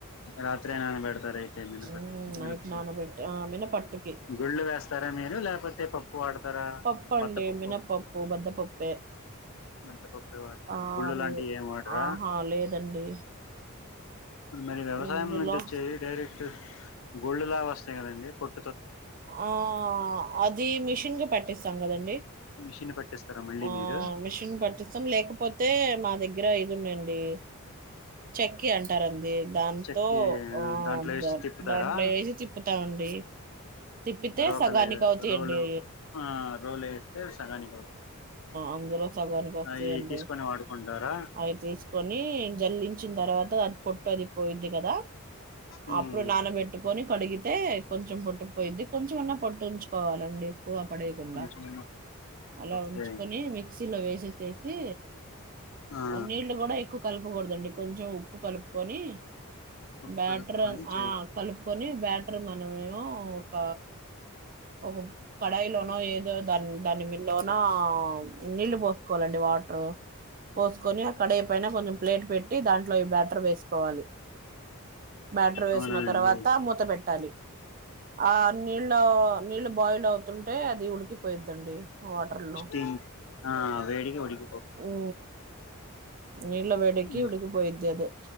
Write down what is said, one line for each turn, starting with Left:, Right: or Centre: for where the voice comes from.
Left: రాత్రి ననే బడతార మినప
Right: మ్మ్
Left: మినపు
Right: నైట్ నానబెట్టి
Left: గు
Right: ఆ మినపట్టుకి
Left: గుళ్ళు వేస్తారా మీరు లేకపోతే పప్పు వాడతారా
Right: పప్పు
Left: బద్దపప్పు
Right: అండి మినపప్పు బద్దపప్పే
Left: మద్దపక్కే వాడతారు
Right: ఆ
Left: గుళ్ళు
Right: అవి
Left: లాంటివి ఏం వాడరా
Right: ఆహా లేదండి
Left: ఇప్పుడు మరి వ్యవసాయం
Right: ఇందులో
Left: నుంచి వచ్చే డైరెక్ట్ గోల్డ్ వస్తయలు అండి ప
Right: ఆ అది మిషన్ క పట్టిస్తాం కదండి
Left: మిషన్ పట్టిస్తారా మళ్ళీ
Right: ఆ
Left: మీరు
Right: మిషిన్ పట్ తం లేకపోతే మా దగ్గర ఇది ఉండండి చెకి అంటారు అంది దాంతో
Left: చెక్కి
Right: ఆ
Left: దాంట్లో వేసి తిప్పుతారా
Right: దాంట్లో వేసి తిప్పుతామండి తిప్పితే
Left: రోకలే
Right: సగానికి అవుతాయంండి
Left: రోలు ఆ రోలు వేస్తే సగానికి అవుతుంది
Right: అందులో సగానికి వస్తాయంండి
Left: అవి తీసుకొని వాడుకుంటారా
Right: అవి తీసుకొని జల్లి వచ్చిన తర్వాత దాన్ని పొట్టు అది పోయింది కదా
Left: ఉమ్,
Right: అప్పుడు నాన పెట్టుకొని కడిగితే కొంచెం పొట్టుపోయిద్ది కొంచెమన్నా పొట్టు ఉంచుకోవాలండి క్కువ పడేయకుండా
Left: కొంచెం
Right: అలా
Left: ఓకే
Right: ఉంచుకొని మిక్స్ చ్చీలో వేస చేేసి
Left: ఆ
Right: అవును నీళ్ళు కూడా ఉకు కలపకూడదండి కొంచెం ఉప్పు కలుపుకొని
Left: ఉప్పు
Right: బ్యాటర్
Left: కలుపుకొని చే
Right: ఆ కల్ కని బ్యాటర్ మనమేమో ఒక ఒక కడాయిలోనో ఏదో దాని దానిలోనో నీళ్ళు పోసుకోవాలండి వాటర్ పోసుకొని ఆ కడై పైన కొంచెం ప్లేట్ పెట్టి దాంట్లో ఈ బ్యాటర్ వేసుకోవాలి బ్యాట్ర వేసిన
Left: అవునా అండి
Right: తర్వాత మూత పెట్టాలి ఆ నీళ్ళు నీళ్ళు బాయిల్ అవుతుంటే అది ఉడికిపోయద్దండి వాటర్లు
Left: స్టీమ్ ఆ వేడికి ఉడికి
Right: ఉ నీళ్ళ వేడికి
Left: ఉమ్,
Right: ఉడుకుపోయిది అదే